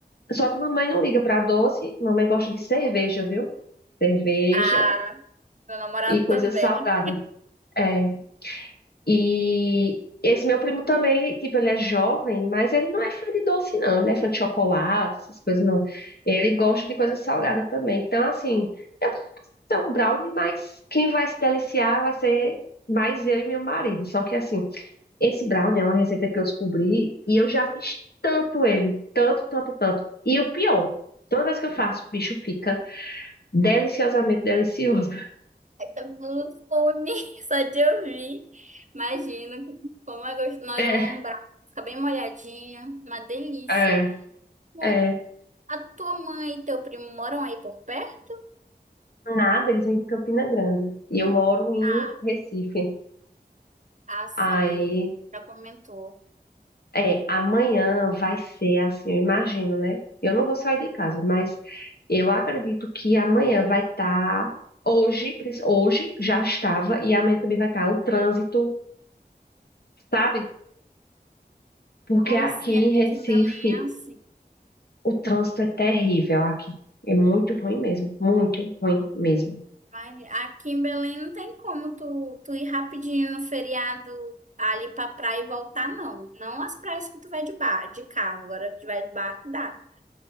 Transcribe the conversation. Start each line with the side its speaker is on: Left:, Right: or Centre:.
Left: Só que mamãe não liga pra doce, mamãe gosta de cerveja, viu? Cerveja
Right: Ah, meu namorado
Left: e coisa
Right: também.
Left: salgada. É. E esse meu primo também, ele, tipo, ele é jovem, mas ele não é fã de doce, não. Ele não é fã de chocolate, essas coisas, não. Ele gosta de coisa salgada também. Então, assim, eu posso ter um brownie, mas quem vai se deliciar vai ser mais eu e meu marido. Só que, assim, esse brownie é uma receita que eu descobri e eu já fiz tanto ele, tanto, tanto, tanto. E o pior, toda vez que eu faço, o bicho fica deliciosamente delicioso.
Right: Ai, Tô com fome, <laughs> só de ouvir. Imagino como é gostoso. Nós
Left: <laughs>
Right: vamos um brownie. Fica bem molhadinha, uma delícia.
Left: É,
Right: Bom,
Left: é. é.
Right: a tua mãe e teu primo moram aí por perto?
Left: Nada, eles vêm de Campina Grande. E eu moro em
Right: Ah,
Left: Recife.
Right: ah, sim.
Left: Aí,
Right: Já comentou.
Left: é, amanhã vai ser assim, eu imagino, né? Eu não vou sair de casa, mas eu acredito que amanhã vai estar. hoje, prin- hoje já estava, e amanhã também vai estar o trânsito, sabe? Porque
Right: Ai,
Left: aqui
Right: sim,
Left: em
Right: aqui
Left: Recife
Right: em Belém é assim.
Left: o trânsito é terrível aqui. É muito ruim mesmo, muito ruim mesmo.
Right: Vai, aqui em Belém não tem como tu, tu ir rapidinho no feriado ali pra praia e voltar, não. Não as praias que tu vai de bar, de carro, agora que tu vai de barco dá.